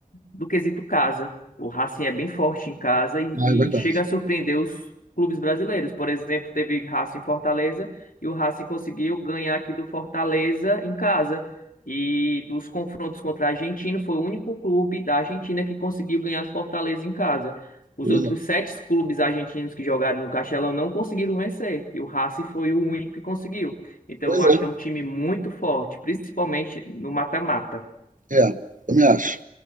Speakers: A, on the left (about 80°); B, on the right (about 70°).
A: do quesito casa. O Racing é bem forte em casa e,
B: Ah, é verdade.
A: e chega a surpreender os clubes brasileiros. Por exemplo, teve Racing e Fortaleza e o Racing conseguiu ganhar aqui do Fortaleza em casa. E dos confrontos contra a Argentina, foi o único clube da Argentina que conseguiu ganhar do Fortaleza em casa. Os
B: Pois
A: outros
B: é.
A: sete clubes argentinos que jogaram no Castelão não conseguiram vencer, e o Racing foi o único que conseguiu. Então,
B: Pois
A: eu acho
B: é.
A: que é um time muito forte, principalmente no mata-mata.
B: É, também acho.